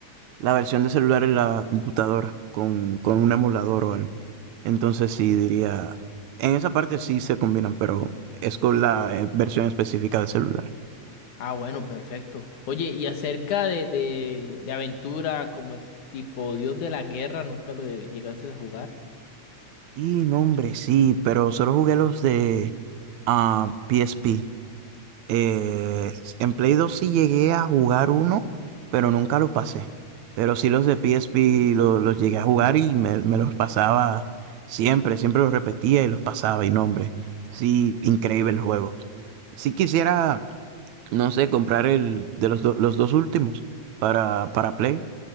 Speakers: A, on the right; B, on the left.
A: la versión de celular en la computadora con, con un emulador o algo. Entonces sí diría, en esa parte sí se combinan, pero es con la eh, versión específica de celular.
B: Ah, bueno, perfecto. Oye, y acerca de, de, de aventura, como es tipo Dios de la Guerra, nunca lo de- llegaste a jugar.
A: Y no, hombre, sí, pero solo jugué los de ah, PSP. Eh, en Play 2 sí llegué a jugar uno, pero nunca lo pasé. Pero sí los de PSP lo- los llegué a jugar y me, me los pasaba siempre, siempre los repetía y los pasaba. Y no, hombre, sí, increíble el juego. Sí quisiera, no sé, comprar el de los, do- los dos últimos para, para Play,